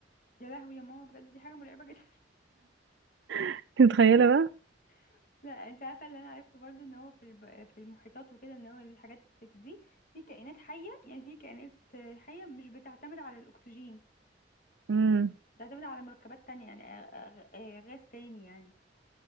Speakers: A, on the left; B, on the right.
A: يا لهوي يا ماما بجد دي حاجه مرعبه جدا
B: انت متخيله بقى
A: <laughs> لا انت عارفه اللي انا عرفته برضو ان هو في الب... في المحيطات وكده ان هو الحاجات دي في كائنات حيه يعني في كائنات حيه مش بتعتمد على الاكسجين
B: امم
A: بتعتمد على مركبات تانية يعني آه، آه، آه، غاز تاني يعني